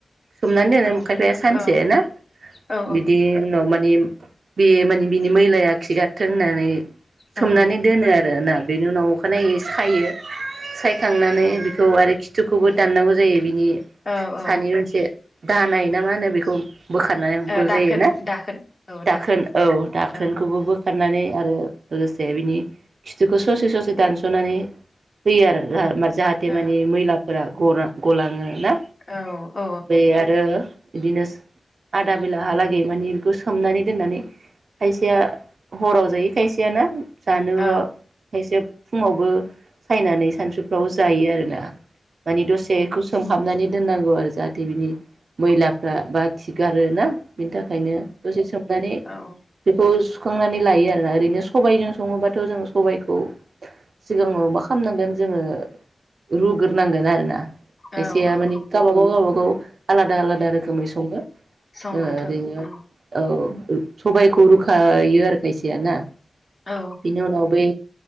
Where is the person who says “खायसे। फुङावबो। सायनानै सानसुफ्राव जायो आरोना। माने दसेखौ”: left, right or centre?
Right